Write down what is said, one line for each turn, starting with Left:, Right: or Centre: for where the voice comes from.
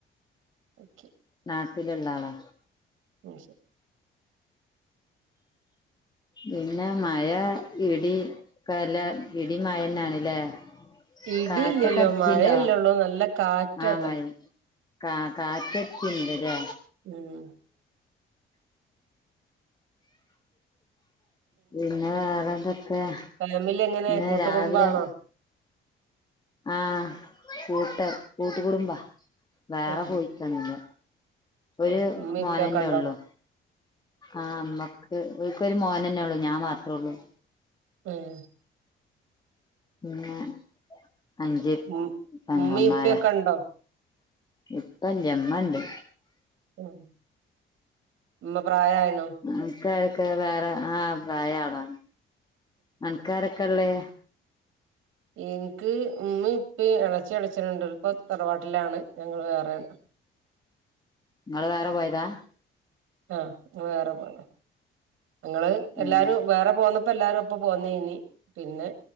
Right: ഓക്കെ
Left: നാട്ടില്ള്ള ആളാ
Right: ഉം ശെ
Left: പിന്നെ മഴ ഇടി കലാ ഇടി മഴന്നാണ്ല്ലേ?
Right: ഇടിയില്ലല്ലോ
Left: കാറ്റൊക്കെ അടിച്ചീണ്ടോ
Right: മഴയല്ലേള്ളൂ നല്ല കാറ്റാള്ളെ
Left: ആഹ് മഴ് കാ കാറ്റൊക്ക്യെണ്ട്ല്ലെ
Right: ഉം
Left: പിന്നെ വേറെന്തൊക്കെ
Right: ഫാമിലി എങ്ങനെ
Left: പിന്നെ
Right: കൂട്ടുകുടുംബാണോ
Left: രാവിലെ ആഹ് കൂട്ട് കൂട്ടുകുടുംബാ വേറെ
Right: ആ
Left: പോയിട്ടൊന്നുല്ല ഒര്
Right: ഓ ഉമ്മീം
Left: മോനന്നെ
Right: ഉപ്പയൊക്കെ ഉണ്ടോ
Left: ഉള്ളു ആഹ് ഇമ്മക്ക് ഓല്ക്കൊര് മോനന്നെ ഇള്ളൂ ഞാൻ മാത്രോള്ളൂ
Right: ഉം
Left: പിന്നെ അഞ്ച്
Right: ഉം
Left: പെങ്ങമാരാ
Right: ഉമ്മീം ഇപ്പിയൊക്കെ ഉണ്ടോ
Left: ഇപ്പല്ലാ ഇമ്മണ്ട്
Right: ആഹ് ഇമ്മ പ്രായായിണോ
Left: അന്ക്കാരൊക്കെ വേറെ ആഹ് പ്രായാളാ അന്ക്ക് ആരൊക്കള്ളെ
Right: ഇന്ക്ക് ഉമ്മിം ഉപ്പിം എളെച്ചിം എളെച്ചനുണ്ട് ഓല് ഇപ്പം തറവാട്ട്ലാണ് ഞങ്ങള് വേറേണ്
Left: ഇങ്ങള് വേറെ പോയതാ
Right: ആഹ് ഞങ്ങള് വേറെ പോയതാ ഞങ്ങള് എല്ലാരും
Left: ഉം
Right: വേറെ പോന്ന പ്പം എല്ലാരും ഒപ്പം പോന്നേനി പിന്നെ